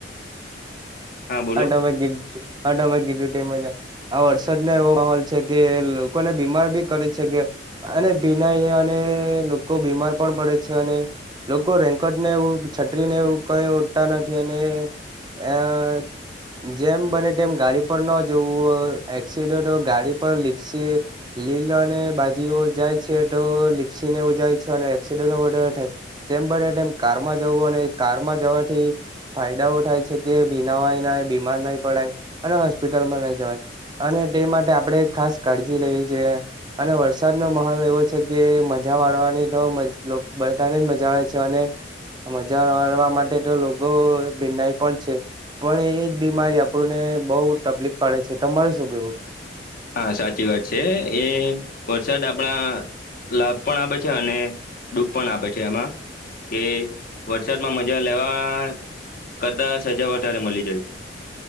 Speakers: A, on the left (about 55°); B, on the right (about 25°).
A: હા બોલો
B: આ તમે કીધુ આ તમે કીધું તેમ જ આ આ વરસાદ ન એવો માહોલ છે કે લોકોને બીમાર બી કરે છે કે અને ભિનય અને લોકો બીમાર પણ પડે છે અને લોકો રેંકટને એવું છત્રીને એવું કઈ ઉઢતા નથી અને આ જેમ બને તેમ ગાડી પર ન જોવું હોય એક્સિડન્ટો ગાડી પર લીપસે લીલ અને બાજીઓ જાય છે તો લિપ્સી ને ઉજાય છે અને એક્સડો નો બોર્ડર થાય. જેમ બનેમ કારમાં જવું અને કારમાં જવાથી ફાયદાઓ થાય છે કે બીનાવાય. બીમાર નહી પડાય અને હોસ્પિટલમાં નહી જવાય અને તે માટે આપણેે ખાસ કાળજી લેવી જોઈએ અને વરસાદનો માહોલ એવો છે કે મજા વાળવાની તો બેઠાને જ મજા આવે છે અને મજા આવવા માટે તો લોકો ભિનાઈ પણ છે પણ એ જ બીમારી આપ આપને બઉ તકલીફ પાડે છે તમારે શું કેવું.
A: હા સાચી વાત છે એ વરસાદ આપણા લાભ પણ આપે છે અને દુઃખ પણ આપે છે એમાં કે વરસાદમાં મજા લેવા કરતા સજા વધારે મલી જાય.